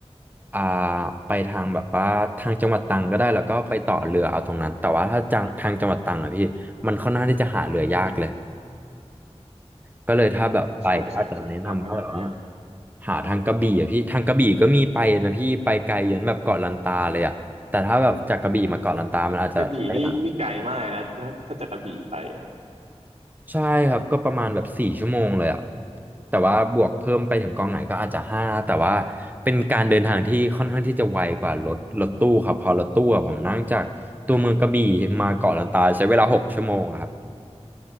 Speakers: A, on the right; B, on the right.
A: อ่าไปทางแบบว่าทางจังหวัดตรังก็ได้แล้วก็ไปต่อเรือเอาตรงนั้นแต่ว่าถ้าจังทางจังหวัดตรังอะพี่มันค่อนข้างที่จะหาเรือยากเลย ก็เลยถ้าแบบไปก็อาจจะแนะนำก็แบบว่า
B: อ่ะใช่ใช่ใช่ทางก็จะหายาก
A: หาทางกระบี่อะพี่ทางกระบี่ก็มีไปนะพี่ไปไกลยันแบบเกาะลันตาเลยอะแต่ถ้าแบบจากกระบี่มาเกาะลันตามันอาจจะใช้เวลา
B: กระบี่นี่นี่ไกลมากนะถ้าถ้าจากกระบี่ไปอะ
A: ใช่ครับก็ประมาณแบบสี่ชั่วโมงเลยอะแต่ว่าบวกเพิ่มไปถึงกองไหนก็อาจจะห้าแต่ว่าเป็นการเดินทางที่ค่อนข้างที่จะไวกว่ารถรถตู้ครับเพอรถตู้อะผมนั่งจากตัวเมืองกระบี่มาเกาะลันตาใช้เวลาหกชั่วโมงอะครับ